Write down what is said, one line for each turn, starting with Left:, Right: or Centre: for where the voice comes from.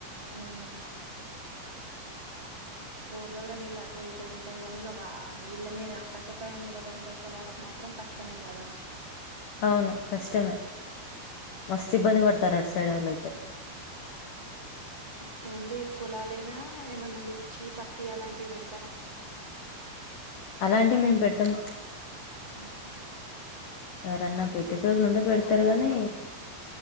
Right: ఉమ్ పొలాల్లో నీళ్ళు అటో ఇటో ఉంటాయి కాగానీ ఇక నీళ్ళ మీద ఆకాశపాయ మీద బండే పొలాలకు మాత్రం కష్టమే కదా
Left: అవును కష్టమే మస్తు ఇబ్బంది పడతారు అటు సైడ్ వాళ్ళు అయితే
Right: పోండి పోలాలేనా ఏమన్నా మిర్చి పత్తి అలాంటివి పెడతారా
Left: అలాంటి మేము పెట్టము
Right: ఉహు
Left: ఎవరన్నా
Right: ఓన్లీ
Left: పెట్టేటోళ్ళు ఉండే పెడతారు కానీ